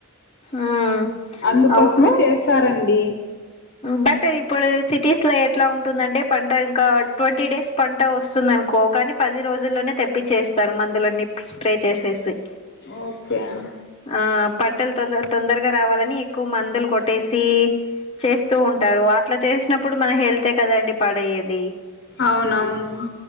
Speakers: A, on the left; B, on the left.
A: మ్మ్
B: అందుకోసమే
A: అవును
B: చేస్తారండి
A: బట్ ఇప్పుడు సిటీస్ లో ఎట్లా ఉంటుందంటే పంట ఇంకా ట్వంటీ డేస్ పంట వస్తుంది అనుకో కానీ పది రోజుల్లోనే తెప్పి చేస్తారు మందులన్నీ స్ప్రే చేసేసి
B: ఓకే అం
A: ఆ పంటలు తొందర తొందరగా రావాలని ఎక్కువ మందులు కొట్టేసి చేస్తూ ఉంటారు అట్లా చేసినప్పుడు మన హెల్తే కదండి పాడయ్యేది
B: అవునవును